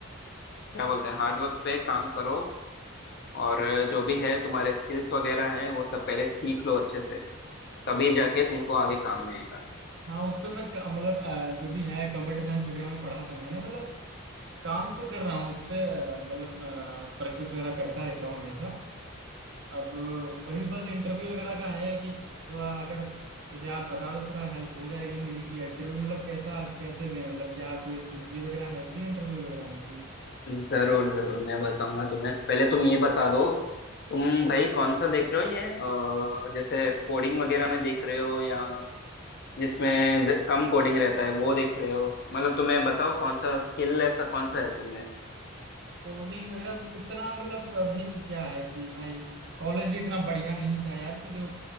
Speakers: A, on the left; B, on the right.
A: क्या बोलते हैं हार्डवर्क पे काम करो और अ, जो भी है तुम्हारे स्किल्स वगैरह हैं वो सब पहले सीख लो अच्छे से तभी जाके तुमको
B: हाँ
A: आगे काम में आएगा
B: हाँ उस पे मैं क- मतलब अ, जो भी है कंप्यूटर साइंस वगैरह में पढ़ा था मैंने मतलब काम तो कर रहा हूँ उस पे अ, मतलब प्रैक्टिस वगैरह करता रहता हूँ हमेशा अब वही बस इंटरव्यू वगैरह का है कि थोड़ा अगर जैसे आप बता दो थोड़ा हेल्प हो जाएगी मुझे कि इंटरव्यू मतलब कैसा कैसे दें मतलब क्या कोई स्ट्रेटजी वगैरह है होती है इंटरव्यू वगैरह में कि
A: जरूर जरूर मैं बताऊंगा तुम्हें पहले तुम ये बता दो तुम भाई कौन सा देख रहे हो ये अ, जैसे कोडिंग वगैरह में देख रहे हो या जिसमें ज- कम कोडिंग रहता है वो देख रहे हो मतलब तुम्हें बताओ कौन सा स्किल ऐसा कौन सा है तुमने
B: कोडिंग वगैरह इतना मतलब अभी क्या है कि भाई कॉलेज भी इतना बढ़िया नहीं था यार कि जो